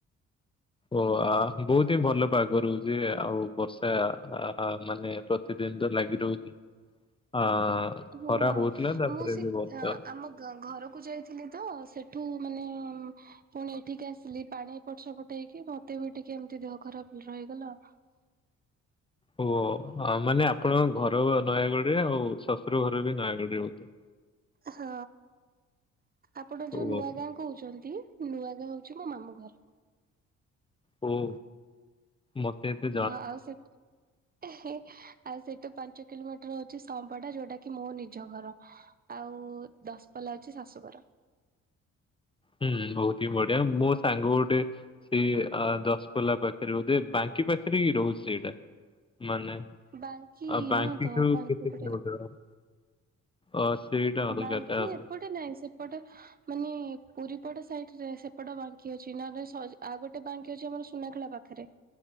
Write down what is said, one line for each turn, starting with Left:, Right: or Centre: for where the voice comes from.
Left: ଓ ଆ ବହୁତି ଭଲ ପାଗ ରହୁଚି ଆଉ ବର୍ଷା ଆ ଆ ମାନେ ବ ସେତେଦିନ ତ ଲାଗି ରହୁଛି ଆ
Right: ହଁ
Left: ଖରା ହଉଥିଲା ତାପରେ
Right: ମୁଁ ସେ
Left: ବି ବର୍ଷା
Right: ଆଁ ଆମ ଗ ଘରକୁ ଯାଇ ଥିଲି ତ ସେଠୁ ମାନେ ପୁଣି ଏଠିକି ଆସିଲି ପାଣି ଏପଟ ସେପଟ। ପଟେଇକି ମତେ ବି ଟିକେ ଏମିତି ଦେହ ଖରାପ ରହିଗଲା।
Left: ଓ ଅ ମାନେ ଆପଣଙ୍କ ଘର ନୟାଗଡ ରେ ଆଉ ଶଶୁର ଘର ବି ନୟାଗଡ଼ ରେ ହଉ -
Right: ହଁ ଆପଣ
Left: ଓ
Right: ଯୋଉ ନୂଆ ଗାଁ କହୁଚନ୍ତି ନୂଆ ହଉଛି ମାମୁଁ ଘର।
Left: ହୁଁ। ମତେ ଏତେ
Right: ହଁ ଆଉ ସେ ଏ ହେ ଆଉ ସେଇଟୁ ପାଞ୍ଚ କିଲୋମିଟର ହଉଛି ସମ୍ପଟା ଯୋଉଟା କି ମୋ ନିଜ ଘର। ଆଉ ଦଶପଲା ହଉଛି ଶାଶୁଘର।
Left: ହୁଁ ବହୁତ ହିଁ ବଢିଆ ମୋ ସାଙ୍ଗ ଗୋଟେ। ସେଇ ଆ ଦଶପୋଲା ପାଖରେ ବୋଧେ ବାଙ୍କି ପାଖରେ ରହୁଛି ସେଇଟା ମାନେ।
Right: ବାଙ୍କି
Left: ଆଉ ବାଙ୍କିଠୁ
Right: ନା ତ
Left: କେତେ
Right: ବାଙ୍କି ପଟେ
Left: କିଲୋମିଟର
Right: ନା
Left: ହବ? ଅ ସେଇଟା ଅଲଗା
Right: ବାଙ୍କି
Left: ତାହେଲେ
Right: ଏପଟେ ନାଇଁ ସେ ସେପଟେ ମାନେ ପୁରୀ ପଟ ସାଇଟ ରେ ସେପଟ ବାଙ୍କି ଅଛି ନହଲେ ସରି ଆଉ ଗୋଟେ ବାଙ୍କି ଅଛି ଆମର ସୁନାଖେଳା ପାଖେରେ।